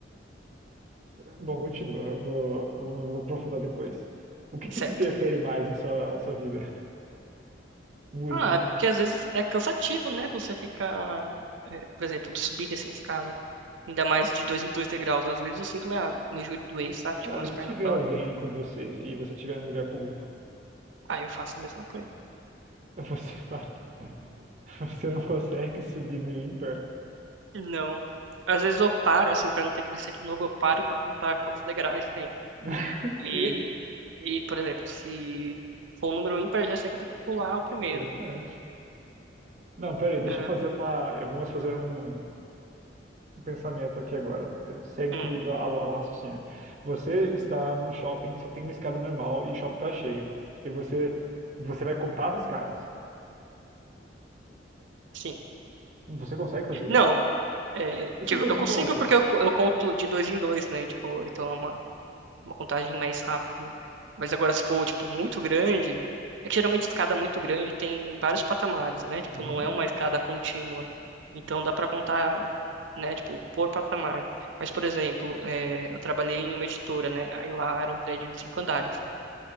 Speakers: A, on the right; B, on the right.
A: Bom, continua, eu vou, eu vou aprofundar depois. O que que
B: Certo.
A: se interfere mais na sua, na sua vida? <laughs> Música,
B: Ah, é
A: né?
B: porque às vezes é cansativo, né? Você ficar, é, por exemplo, subir e descendo escada. Ainda mais de dois em dois degraus. Às vezes eu sinto minha, meu joelho doer, sabe? Tipo,
A: Cara,
B: minhas
A: e se
B: pernas
A: tiver
B: dói.
A: alguém com você e você estiver em lugar público,
B: Aí eu faço a mesma coisa.
A: você vai, <laughs> você não consegue subir no Imper.
B: Não. Às vezes eu paro, assim, pra não ter que descer de novo, eu paro pra contar quantos degraus tem.
A: <laughs> O
B: E,
A: quê?
B: e por exemplo, se for um número ímpar, eu já sei que eu tenho que pular o primeiro.
A: Interessante.
B: né?
A: Não, peraí, deixa
B: É,
A: eu fazer uma. eu- Vamos fazer um, um pensamento aqui agora. Segue
B: hum,
A: comigo a- a- o raciocínio. Você está num shopping que só tem uma escada normal e o shopping está cheio. E você, você vai contar as escadas.
B: sim.
A: Você consegue fazer
B: Não.
A: isso?
B: é,
A: E se
B: tipo,
A: for
B: eu
A: muito
B: consigo
A: alto?
B: porque eu, co- eu conto de dois em dois, né? Tipo, então é uma uma contagem mais rápida. Mas agora, se for, tipo, muito grande, é que geralmente escada muito grande tem vários patamares, né? Tipo,
A: Uhum.
B: não é uma escada contínua. Então dá pra contar, né, tipo, por patamar. Mas, por exemplo, é, eu trabalhei em uma editora, né? Aí lá era um prédio de cinco andares.